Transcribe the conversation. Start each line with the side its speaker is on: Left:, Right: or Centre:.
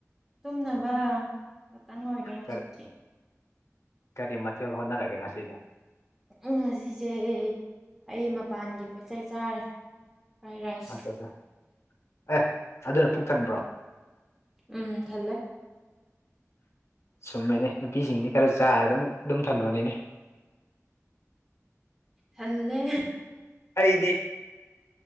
Centre: ꯇꯨꯝꯅꯕ ꯇꯪꯉꯔꯣꯏꯒꯦ ꯍꯧꯖꯤꯛꯇꯤ
Left: ꯀꯔꯤ ꯀꯔꯤ ꯃꯊꯦꯜ ꯍꯣꯠꯅꯔꯒꯦ ꯉꯁꯤꯗ
Centre: ꯎꯝ ꯉꯁꯤꯁꯦ ꯑꯩ ꯃꯄꯥꯟꯒꯤ ꯄꯣꯠꯆꯩ ꯆꯥꯔꯦ ꯐ꯭ꯔꯥꯏ ꯔꯥꯏꯁ
Left: ꯑꯠꯆꯥ ꯑꯠꯆꯥ ꯑꯦ ꯑꯗꯨꯅ ꯄꯨꯛ ꯊꯟꯕ꯭ꯔꯣ
Centre: ꯎꯝ ꯊꯜꯂꯦ
Left: ꯁꯨꯝꯃꯦꯅꯦ ꯅꯨꯄꯤꯁꯤꯡꯗꯤ ꯈꯔ ꯆꯥꯔ ꯑꯗꯨ ꯑꯗꯨꯝ ꯊꯟꯕꯅꯤꯅꯦ
Centre: ꯊꯜꯂꯦ
Left: ꯑꯩꯗꯤ